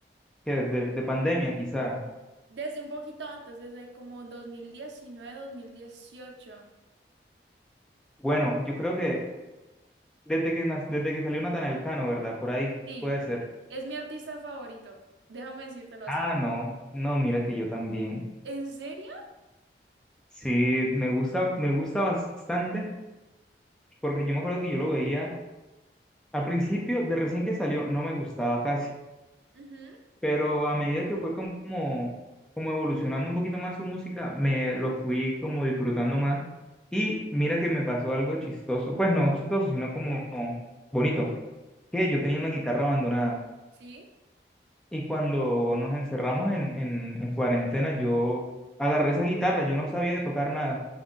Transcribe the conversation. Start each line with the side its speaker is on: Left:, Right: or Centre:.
Centre: que desde pandemia, quizá.
Right: desde un poquito antes, desde como dos dos mil diecinueve dos mil dieciocho.
Centre: Bueno, yo creo que desde que nac- desde que salió Natanael Elcano, ¿verdad? Por ahí,
Right: Sí,
Centre: puede ser.
Right: es mi artista favorito, déjame decírtelo así.
Centre: Ah, no, no, mira que yo también.
Right: ¿En serio?
Centre: Sí, me gusta, me gusta bastante, porque yo me acuerdo que yo lo veía al principio, de recién que salió, no me gustaba casi.
Right: Ujú,
Centre: pero a medida que fue como, como evolucionando un poquito más su música, me lo fui como disfrutando más. Y mira que me pasó algo chistoso, pues no chistoso, sino como bonito, que yo tenía una guitarra abandonada
Right: Sí,
Centre: y cuando nos encerramos en, en, en cuarentena, yo agarré esa guitarra, yo no sabía tocar nada